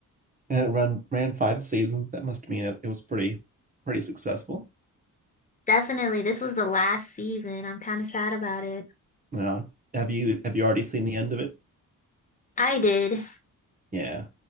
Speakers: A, on the right (about 25°); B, on the left (about 25°).
A: and it run ran five seasons. That must mean it, it was pretty pretty successful.
B: Definitely, this was the last season. I'm kind of sad about it.
A: Now, have you have you already seen the end of it?
B: I did.
A: Yeah.